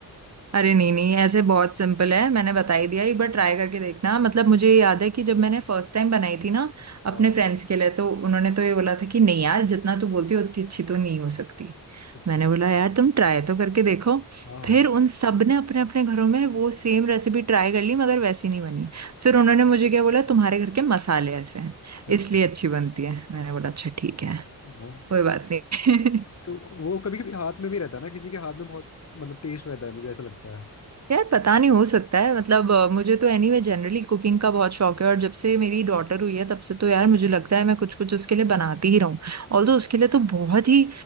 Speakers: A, on the right; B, on the left.
A: अरे नहीं नहीं ऐसे बहुत सिंपल है मैंने बता ही दिया एक बार ट्राई करके देखना मतलब मुझे ये याद है कि जब मैंने फर्स्ट टाइम बनाई थी ना
B: हाँ
A: अपने फ्रेंड्स के लिए तो उन्होंने तो ये बोला था कि नहीं यार जितना तू बोलती है उतनी अच्छी तो नहीं हो सकती
B: अच्छा
A: मैंने बोला यार तुम ट्राई तो करके देखो
B: हाँ
A: फिर
B: हाँ
A: उन सब ने अपने अपने घरों में वो सेम रेसिपी ट्राई कर ली मगर वैसी नहीं बनी फिर उन्होंने मुझे क्या बोला तुम्हारे घर के मसाले ऐसे हैं
B: अच्छा
A: इसलिए अच्छी बनती है मैंने बोला अच्छा ठीक है
B: हाँ
A: कोई बात नहीं
B: तो वो कभी कभी हाथ में भी रहता है ना किसी के हाथ में बहुत मतलब टेस्ट रहता है मुझे ऐसा लगता है
A: यार पता नहीं हो सकता है मतलब अ, मुझे तो एनीवे जनरली कुकिंग का बहुत शौक है और जब से मेरी डॉटर हुई है तब से तो यार मुझे लगता है मैं कुछ कुछ उसके लिए बनाती ही रहूं ऑल तो उसके लिए तो बहुत ही